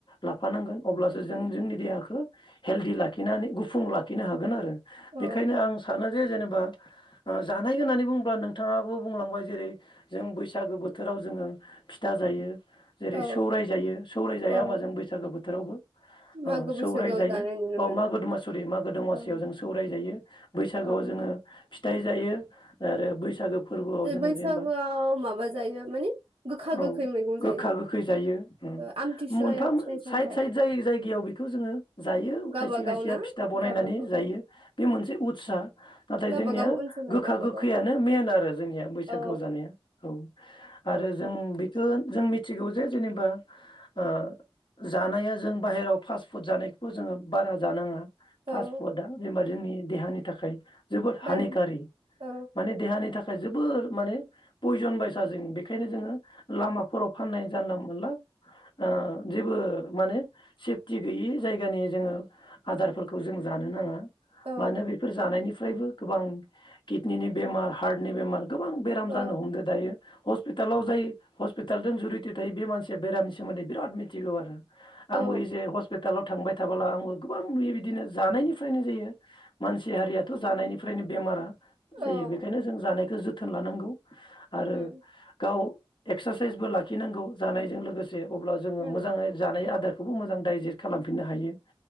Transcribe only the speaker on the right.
औ
औ
औ
मागो
बैसागोआव
जानाय नुनो
मोनो
औ
औ
बैसागोआव
माबा जायो माने गोखा
गोखै मैगं
जायो
ओ आमथिसुवायाव
फिथाइ सामथाइ
गावबागाव
ना
गावबागाव
गावबागाव
ओनसोलाव
गावबागाव
औ
औ
बायजो औ
औ
औ
औ
औ
उम
उम